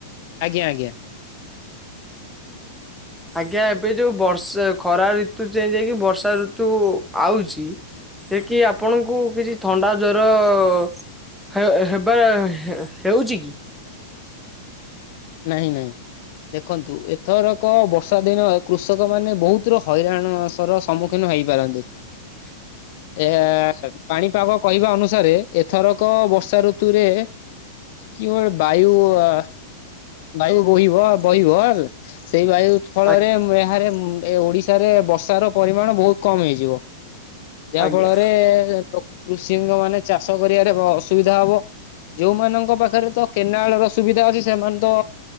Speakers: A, on the left (about 40°); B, in the centre.
A: ଆଜ୍ଞା ଆଜ୍ଞା।
B: ଆଜ୍ଞା ଏବେ ଯୋଉ ବର୍ଷା ଖରା ଋତୁ ଚେଞ୍ଜ ହେଇକି ବର୍ଷା ଋତୁ ଆଉଛି ଯେ କି ଆପଣଙ୍କୁ କିଛି ଥଣ୍ଡା ଜର ଅ ହେବା ହେଉଚି କି?
A: ନାଇଁ ନାଇଁ। ଦେଖନ୍ତୁ ଏଥରକ ବର୍ଷା ଦିନ କୃଷକ ମାନେ ବହୁତ ର ହଇରାଣ ସର ସମୁ କିନୁ ହେଇପାରନ୍ତି।
B: <inaudible>
A: ଏ ହା ସକ ପାଣିପାଗ କହିବା ଅନୁସାରେ, ଏଥରକ ବର୍ଷା ଋତୁରେ କିଓର ବାୟୁ ଆ। ବାୟୁ ବୋହିବ, ବହିବଲ ସେଇ ବାୟୁ ଫଳରେ
B: ଆଜ୍ଞା
A: ଏହାରେ ମୁ ଓଡିଶ ଶାରେ ବର୍ଷା ର ପରିମାଣ ବହୁତ କମ ହେଇଯିବ। ଯାହା
B: ଆଜ୍ଞା
A: ଫଳରେ ପ୍ରକ କୃଷିଙ୍ଗ ମାନେ, ଚାଷ କରିବାରେ ବ ଅସୁବିଧା ହବ ଯୋଉମାନଙ୍କ ପାଖରେ ତ କେନାଳ ର ସୁବିଧା ଅଛି, ସେମାନେ ତ,